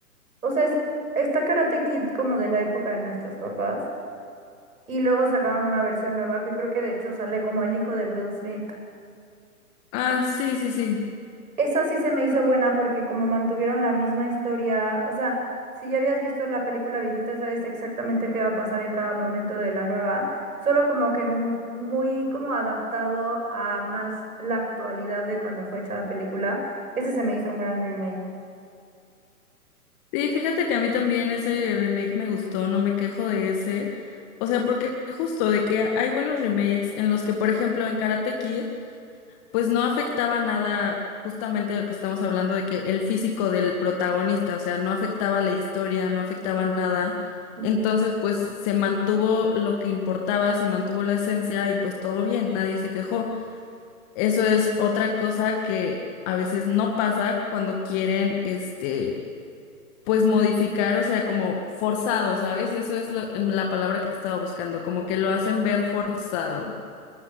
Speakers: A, on the right (about 70°); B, on the left (about 30°).
A: O sea, es- está Karate Kid como de la época de nuestros papás y luego sacaron una versión nueva que creo que de hecho sale como el hijo de Will Smith.
B: Ah, sí, sí, sí.
A: Esa sí se me hizo buena porque como mantuvieron la misma historia, o sea, si ya habías visto la película viejita, sabes exactamente qué va a pasar en cada momento de la nueva, solo como que muy, muy como adaptado a más la actualidad de cuando fue hecha la película. Ese se me hizo un gran remake.
B: Sí, fíjate que a mí también ese remake me gustó, no me quejo de ese. O sea, porque justo de que hay buenos remakes en los que, por ejemplo, en Karate Kid pues no afectaba nada justamente de lo que estamos hablando de que el físico del protagonista, o sea, no afectaba la historia, no afectaba nada.
A: Ujú.
B: Entonces, pues se mantuvo lo que importaba, se mantuvo la esencia y pues todo bien, nadie se quejó. Eso es otra cosa que a veces no pasa cuando quieren, este, pues modificar, o sea, como forzado, ¿sabes? Eso es lo- la palabra que estaba buscando, como que lo hacen ver forzado.